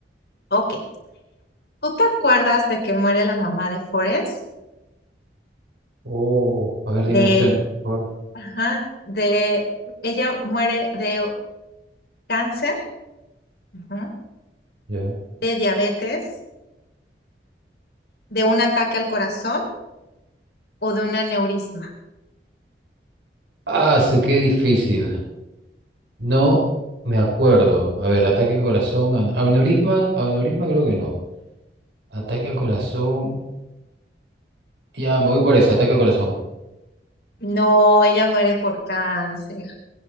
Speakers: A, on the left; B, on the right.
A: ok. ¿Tú te acuerdas de que muere la mamá de Forrest?
B: Oh, a ver,
A: de,
B: dime opciones, por favor.
A: ajá, de, ella muere de cáncer, ajá,
B: Ya.
A: de diabetes, de un ataque al corazón o de un aneurisma.
B: Ah, eso qué difícil. No me acuerdo. A ver, ataque al corazón, an- aneurisma, aneurisma creo que no. Ataque al corazón. Ya, me voy por eso, ataque al corazón.
A: No, ella muere por cáncer.